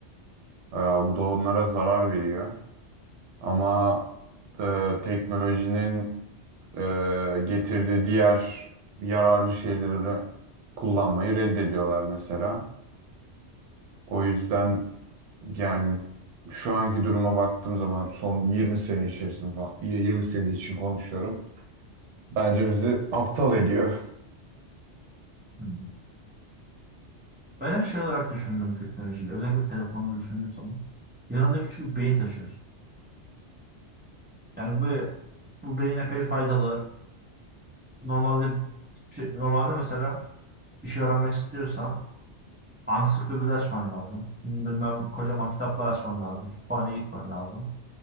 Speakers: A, on the right; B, on the right.
A: Ee, bu da onlara zarar veriyor. Ama e, teknolojinin e, getirdiği diğer yararlı şeyleri kullanmayı reddediyorlar mesela. O yüzden yani şu anki duruma baktığım zaman son 20 sene içerisinde falan 20 sene için konuşuyorum. Bence bizi aptal ediyor.
B: Hmm. Ben hep şey olarak düşündüm teknolojiyi. Özellikle telefonumu düşündüğüm zaman. Yanında küçük bir beyin taşıyorsun. Yani bu bu beyin epey faydalı. Normalde normalde mesela bir şey öğrenmek istiyorsan ansiklopedi açman lazım. Bilmem kocaman kitaplar açman lazım. Kütüphaneye gitmen lazım.